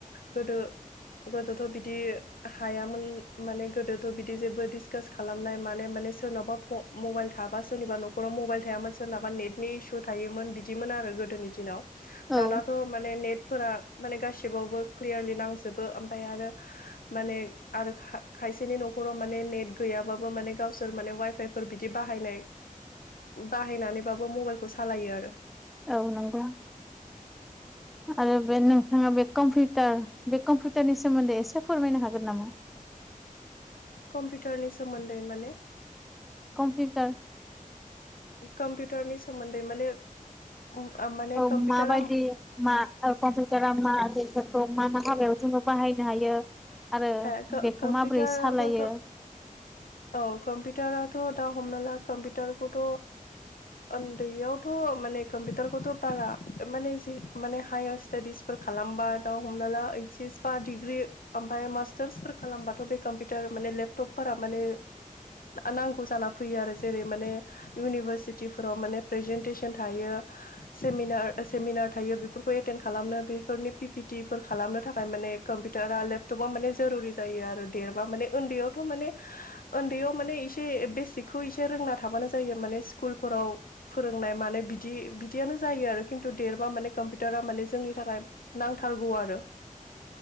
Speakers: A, on the left (about 85°); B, in the centre.
A: गोदो गोदोथ' बिदि हायामोन माने गोदोथ' बिदि जेबो डिसकास खालामनाय माने माने सोरनाबा प' मबाइल थाबा सोरनिबा न'खराव मबाइल थायामोन सोरनाबा नेटनि इसु थायोमोन बिदिमोन आरो गो गोदोनि दिनाव
B: औ
A: दानाथ' माने नेट फोर माने गासिबावबो क्लियारलि नांजोबो ओमफ्राय आरो माने आरो खा खा खायसेनि न'खराव माने नेट गैयाबाबो माने गाव सोर माने अवाइफाइफोर बिदि बाहायनाय बाहायनानैबाबो मबाइलखौ सालायो आरो।
B: औ नंगौ। आरो बे नोंथाङा बे कम्पिउटार बे कम्पिउटारनि सोमोन्दै एसे फोरमायनो हागोन नामा? <inaudible>
A: कम्पिउटारनि सोमोन्दै माने?
B: कम्पिउटार।
A: कम्पिउटारनि सोमोन्दै माने माने
B: औ
A: कम्पिउटारा
B: माबायदि मा कमपिउटारा मा बेफोर खौ जैङो मा मा हाबायाव जोङो बाहायनो हायो? आरो
A: ए क-कम्पिउटाराबोथ'
B: बेखौ माबोरै सालायो
A: औ कम्पिउटाराथ' हमना ला कम्पिउटारखौथ' उन्दैयावथ' माने कम्पिउटारखौथ' बारा माने जि माने हायार स्टाडिसफोर खालामबा दा हमना ला एस बा डिग्रि ओफाय मास टार्सफोर खालामबाथ' बे कम्पिउटार माने लेपटपफोरा माने नांगौ जाना फैयो आरो जे माने इउनिपारशिथिफोराव माने फ्रेसेनथेसन थायो, सेमिनार थायो बेफोरखौ एटेन्ड खालामनो बेफोरनि पिपिटिफोर खालामनो थाखाय माने कम्पिउटारा लेपटपा माने जेरुरि जायो आरो देरबा माने उन्दैयावथ' माने उन्दैयाव माने एसे बेसिकखौ एसे। फोरोंना थाबानो जायो माने स्कुल फोराव फोरोंनाय मान बिदि बिदियानो जायो आरो खिन्थु देरबा माने। कम्पिउटारा मान जोंनि थाखाय नांथारगौ आरो।